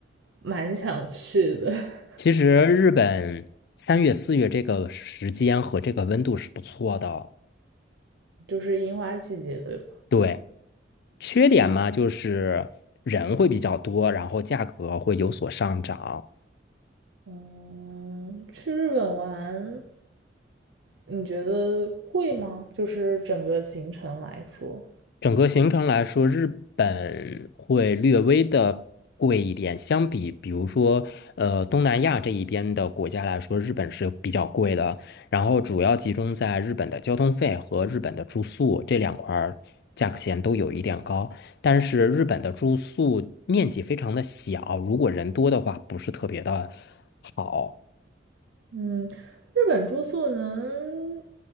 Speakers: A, on the right; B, on the left.
A: 蛮想去的，<laughs>
B: 其实日本三月、四月这个时间和这个温度是不错的哦。
A: 就是樱花季节，对吧？
B: 对，缺点嘛，就是人会比较多，然后价格会有所上涨。
A: 嗯，去日本玩，你觉得贵吗？就是整个行程来说，
B: 整个行程来说，日本会略微的贵一点，相比比如说呃东南亚这一边的国家来说，日本是比较贵的。然后主要集中在日本的交通费和日本的住宿这两块儿，价格钱都有一点高。但是日本的住宿面积非常的小，如果人多的话，不是特别的好。
A: 嗯，日本住宿能